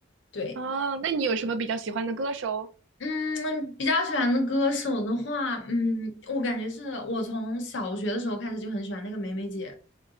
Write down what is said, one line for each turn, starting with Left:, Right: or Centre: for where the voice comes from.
Left: 对，
Right: 哦，那你有什么比较喜欢的歌手？
Left: 嗯，比较喜欢的歌手的话，嗯，我感觉是我从小学的时候开始就很喜欢那个梅梅姐。